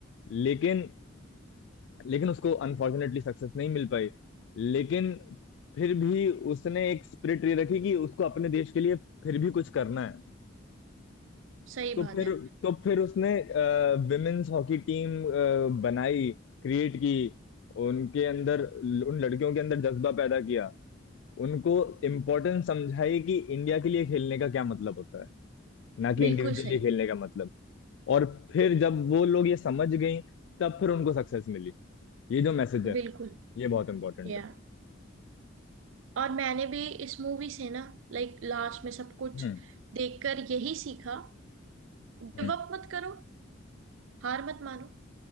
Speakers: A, on the left (about 65°); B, on the right (about 70°).
A: लेकिन लेकिन उसको अनफॉर्चुनेटली सक्सेस नहीं मिल पाई लेकिन फिर भी उसने एक स्पिरिट ये रखी कि उसको अपने देश के लिए फिर भी कुछ करना है
B: सही
A: तो
B: बात
A: फिर
B: है
A: तो फिर उसने विमेन्स हॉकी टीम बनाई क्रिएट की उनके अंदर उन लड़कियों के अंदर जज्बा पैदा किया उनको इम्पोर्टेंस समझाई कि इंडिया के लिए खेलने का क्या मतलब होता है ना कि
B: बिल्कुल
A: इंडिविजुअली
B: सही
A: खेलने का मतलब और फिर जब वो लोग ये समझ गई तब फिर उनको सक्सेस मिली ये जो मैसेज है
B: बिल्कुल
A: ये बहुत इंपॉर्टेंट
B: या
A: है
B: और मैंने भी इस मूवी से ना लाइक लास्ट में सब कुछ
A: हम्म
B: देखकर यही सीखा
A: हम्म
B: गिव अप मत करो हार मत मानो